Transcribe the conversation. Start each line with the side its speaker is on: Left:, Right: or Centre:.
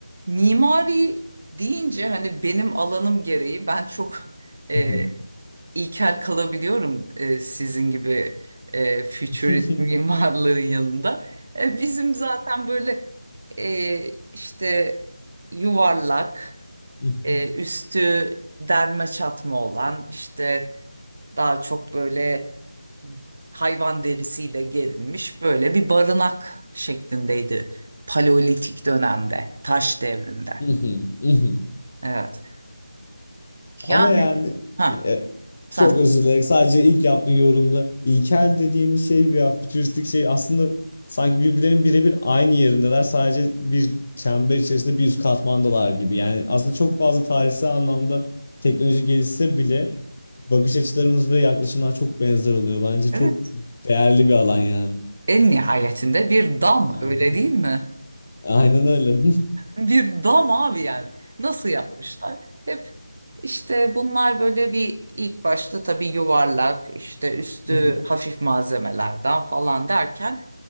Right: Mimari deyince hani benim alanım gereği ben çok <laughs> e,
Left: Mhm.
Right: ilkel kalabiliyorum e, sizin gibi e, futurist
Left: <laughs>
Right: mimarların yanında. E, bizim zaten böyle e, işte yuvarlak,
Left: Mhm.
Right: e, üstü derme çatma olan işte daha çok böyle hayvan derisiyle gerilmiş böyle bir barınak şeklindeydi Paleolitik dönemde, taş devrinde.
Left: Mhm.
Right: Evet. Yani
Left: Ama yani
Right: ha
Left: e,
Right: sen
Left: çok özür dilerim. Sadece ilk yaptığın yorumda ilkel dediğimiz şey veya fütüristik şey aslında sanki birbirlerinin birebir aynı yerindeler. Sadece bir çember içerisinde bir üst katmandalar gibi. Yani aslında çok fazla tarihsel anlamda teknoloji gelişse bile bakış açılarımız ve yaklaşımlar çok benzer oluyor. Bence
Right: Evet.
Left: çok değerli bir alan yani.
Right: en nihayetinde bir dam
Left: Evet.
Right: öyle değil mi?
Left: Aynen öyle.
Right: Bir dam abi yani. Nasıl yapmışlar? Hep işte bunlar böyle bir ilk başta tabii yuvarlak işte üstü
Left: <laughs>
Right: hafif malzemelerden falan derken